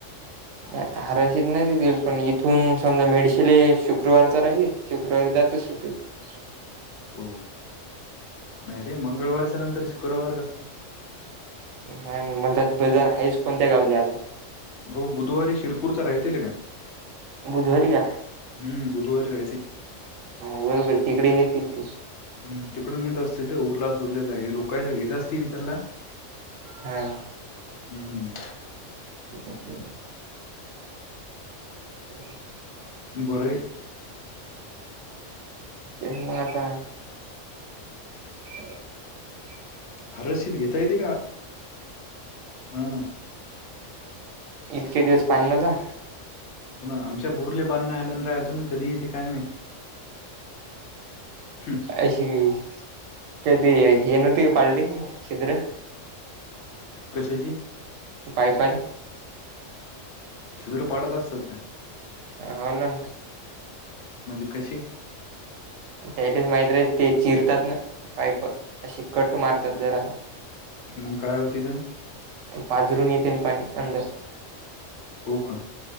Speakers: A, on the right (about 85°); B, on the left (about 70°).
A: नाही हरशीत नाही ततील पण इथून समजा मेडशिले शुक्रवार तर राहिे शुक्रवारी जातच सुटे ह्
B: हो नाही रे मंगळवारच्या नंतर शुक्रवार कसा
A: हा म्हणजात बजार हाच कोणत्या गावले आता
B: हो बुधवारी शिरपूरचा राहतील का
A: बुधवारी का
B: हम्म बुधवारी राहते
A: बरोबर तिकडी नतील ती
B: हम् तिकडून येत असतील उरलास उरलेला हे लोकयच घेत असतील इ त्याला
A: हा
B: हम्म
A: ह ह
B: बरे
A: ते मगता ह
B: हरशित घेता येते का हा
A: इतके दिवस पान न का
B: हो आमच्या बोरले बांधण्यात आल्या न रा अजून कधी येते काय माहिती हं,
A: अशी ग ती येनती का पाल्टि शद्र
B: कसेची
A: पापारीली
B: छिद्र पाडत असतात का
A: हो ना
B: म्हणजे कसे
A: त्यायलेच माहित राहते ना ते चिरतात ना पाईप अशी कट मारतात जरा
B: मग काय होते तेन
A: पाझरून येते ना पाणी अंधर
B: हो का